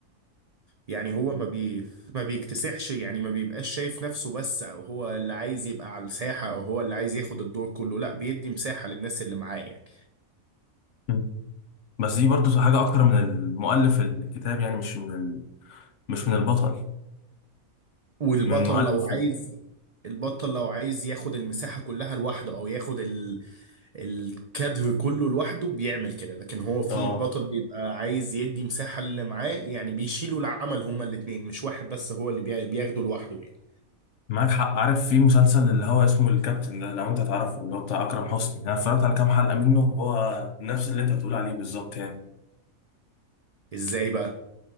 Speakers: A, on the right; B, on the left.
A: يعني هو ما بي ما بيكتسحش يعني ما بيبقاش شايف نفسه بس او هو اللي عايز يبقى على الساحة او هو اللي عايز ياخد الدور كله لا بيدي مساحة للناس اللي معاه يعني
B: مم. بس دي برضو حاجه اكتر من المؤلف الكتاب يعني مش من ال... مش من البطل
A: والبطل
B: من المؤلف
A: لو عايز
B: ال...
A: البطل لو عايز ياخد المساحة كلها لوحده او ياخد ال... الكادر كله لوحده بيعمل كده لكن هو في
B: اه
A: بطل بيبقى عايز يدي مساحة اللي معاه يعني بيشيلوا العمل هما الاتنين مش واحد بس هو اللي بي- بياخده لوحده يعني
B: معاك حق عارف في مسلسل اللي هو اسمه الكابتن ده لو انت تعرفه اللي هو بتاع اكرم حسني انا اتفرجت على كام حلقه منه هو نفس اللي انت بتقول عليه بالظبط يعني
A: ازاي بقى